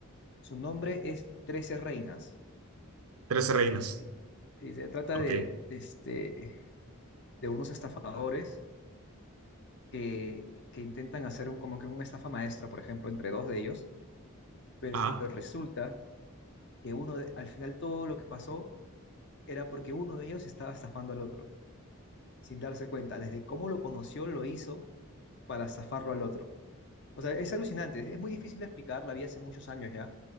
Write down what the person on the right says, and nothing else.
Trece reinas.
Ok.
Ajá.